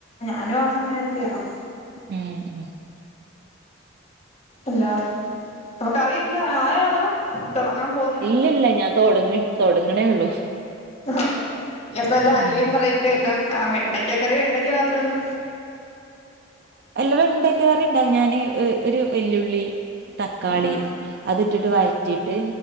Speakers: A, on the left; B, on the right.
A: അലോ അ സമായൊക്കെയാവും
B: <unintelligible>
A: ഇല്ല അപ്പം കറിയെന്താ ആയൊ അതോ തുടങ്ങാൻ പോന്നേ ഉള്ളോ
B: ഇല്ലില്ല ഞാൻ തൊടങ്ങിവെച്ചു തോടങ്ങണെയൊള്ളൂ
A: <unintelligible> ഇനിയപ്പോ എല്ലാം അരിയെ
B: ഉം
A: പേറയിക്കെയെല്ലാം ആ വെ ണ്ടയ്ക്ക കറി വെണ്ടയ്ക്ക മാത്രവൊള്ളൊ
B: അല്ല വെണ്ടയ്ക്ക കറിണ്ടാ ഞാനെ ഒ ഒരുവല്ല്യുള്ളി തക്കാളി
A: ആ
B: അതിട്ടിട്ടു വയ റ്റിട്ട്